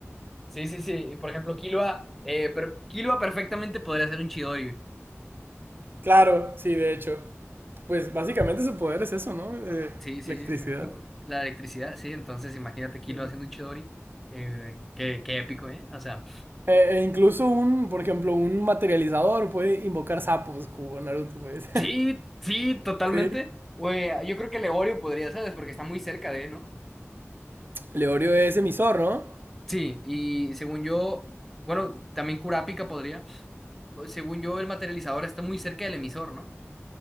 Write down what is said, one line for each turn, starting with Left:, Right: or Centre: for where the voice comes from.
Centre: Sí, sí, sí. Y, Por ejemplo, Killua, eh, pero Killua perfectamente podría ser un Chidori. güey.
Right: Claro, sí, de hecho. Pues básicamente su poder es eso, ¿no? Eh,
Centre: Sí, sí.
Right: electricidad.
Centre: como la electricidad, sí. Entonces, imagínate Killua
Right: Uh-huh.
Centre: haciendo un Chidori. Eh, qué, qué épico, ¿eh? O sea,
Right: Eh, e incluso un, por ejemplo, un materializador puede invocar sapos como Naruto, pues.
Centre: sí, sí, totalmente.
Right: <laughs> Sí,
Centre: Güey, yo creo que Legorio podría, ¿sabes? Porque está muy cerca de, ¿no?
Right: Leorio es emisor, ¿no?
Centre: Sí, y según yo, bueno, también Kurapika podría. Según yo, el materializador está muy cerca del emisor, ¿no?